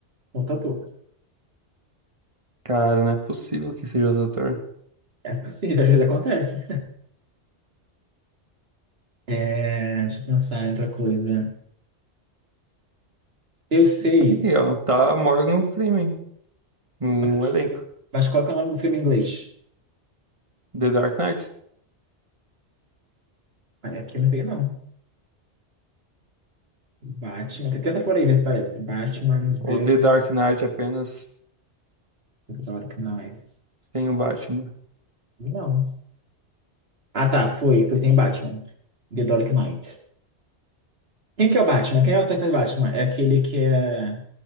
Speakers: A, on the right; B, on the right.
A: Outro ator.
B: Cara, não é possível que seja outro ator.
A: É possível, às vezes acontece. É, deixa eu pensar em outra coisa. Eu sei,
B: Aqui, ó. Tá Morgan Freeman no
A: mas,
B: elenco.
A: mas qual que é o nome do filme em inglês?
B: The Dark Knights.
A: Aí aqui eu não sei, não. Batman. Tenta por aí ver se parece. Batman The
B: Ou The Dark Knight apenas
A: Dark Knight.
B: sem o Batman.
A: Não. Ah, tá, foi. Foi sem Batman. The Dark Knight. Quem que é o Batman? Quem é o ator que faz o Batman? É aquele que é.